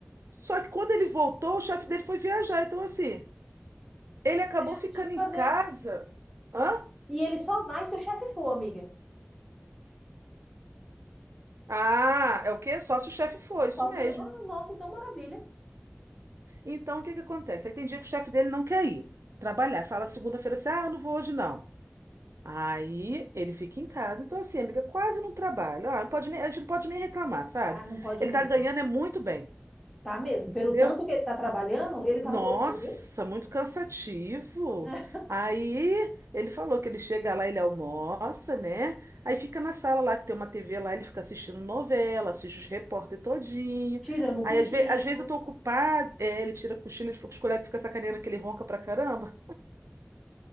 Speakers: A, on the right; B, in the centre.
A: só que quando ele voltou, o chefe dele foi viajar. Então, assim, ele acabou
B: Ele já
A: ficando
B: não tinha o que
A: em
B: fazer.
A: casa. Hã?
B: E ele só vai se o chefe for, amiga.
A: Ah, é o quê? Só se o chefe for, isso
B: Posso
A: mesmo.
B: che- Ah, nossa, então maravilha.
A: Então, o que que acontece? Aí tem dia que o chefe dele não quer ir trabalhar. Fala segunda-feira assim, ah, eu não vou hoje não. Aí ele fica em casa. Então, assim, amiga, quase não trabalha. Ah, não pode nem- a gente não pode nem reclamar, sabe?
B: Ah, não pode
A: Ele
B: mesmo.
A: tá ganhando é muito bem,
B: Tá mesmo.
A: entendeu?
B: Pelo tanto que ele tá trabalhando, ele tá
A: Nossa,
B: no lucro, viu?
A: muito cansativo.
B: <laughs> Né?
A: Aí ele falou que ele chega lá, ele almoça, né? Aí fica na sala lá, que tem uma TV lá, ele fica assistindo novela, assiste os repórter todinho.
B: Tirando um
A: Aí
B: cochilo.
A: às, ve- às vezes eu tô ocupada, é, ele tira a cochilo, ele fica com os colegas, fica sacaneando que ele ronca pra caramba.